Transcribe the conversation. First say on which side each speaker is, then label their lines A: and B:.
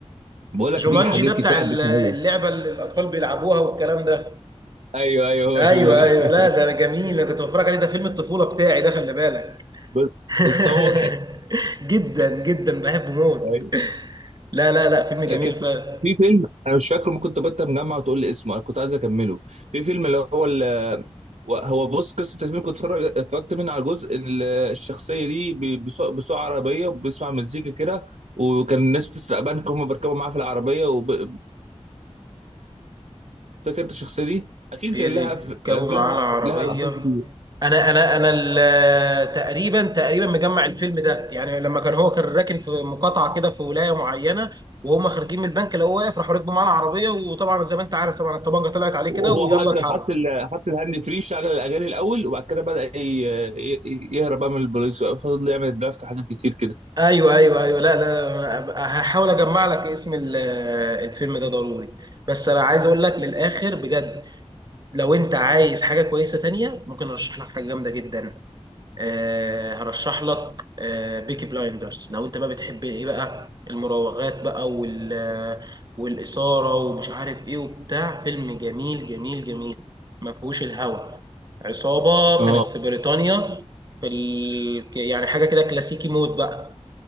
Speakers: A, on the right; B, on the right.
A: بقول لك
B: جومانجي
A: في حاجات
B: ده بتاع
A: كتير عدتنا
B: ال- اللعبه
A: قوي
B: اللي الاطفال بيلعبوها والكلام ده
A: ايوه ايوه هو
B: ايوه
A: الفيلم ده
B: ايوه
A: <laughs>
B: لا ده انا جميل انا كنت بتفرج عليه ده فيلم الطفوله بتاعي ده خلي بالك
A: بس
B: <laughs>
A: بس هو مضحك
B: جدا جدا بحبه موت
A: ايوه
B: لا لا لا فيلم جميل
A: كان
B: فعلا
A: في فيلم انا مش فاكره ممكن تبقى انت مجمع وتقول لي اسمه انا كنت عايز اكمله في فيلم اللي هو ال- هو بص قصه الفيلم كنت اتفرج اتفرجت منه على جزء ال- الشخصيه دي ب- بيسوق بيسوق عربيه وبيسمع مزيكا كده وكان الناس بتسرق بنك هم بيركبوا معاه في العربيه وفكره الشخصيه دي اكيد
B: بيركبوا
A: كان لها ف- لها
B: معاه العربية
A: لها لقطات كتير
B: أنا أنا أنا ال- تقريبا تقريبا مجمع الفيلم ده يعني لما كان هو كان راكن في مقاطعة كده في ولاية معينة وهم خارجين من البنك لقوه واقف راحوا ركبوا معاه العربية وطبعا زي ما أنت عارف طبعا الطبانجة طلعت عليه كده
A: هو
B: ويلا
A: حط كان
B: اتحرك
A: حط ال- حط الهاند فري شغل الاغاني الاول وبعد كده بدا ي- ي- يهرب بقى من البوليس بقى فضل يعمل الدرافت حاجات كتير كده
B: ايوه ايوه ايوه لا لا هحاول اجمع لك اسم ال- الفيلم ده ضروري بس انا عايز اقول لك من الاخر بجد لو انت عايز حاجه كويسه تانية ممكن ارشح لك حاجه جامده جدا آه، هرشح لك آه، بيكي بلايندرز لو انت بقى بتحب ايه بقى المراوغات بقى وال آه، والاثاره ومش عارف ايه وبتاع فيلم جميل جميل جميل ما فيهوش الهوى عصابه
A: اه
B: كانت في بريطانيا في ال... يعني حاجه كده كلاسيكي مود بقى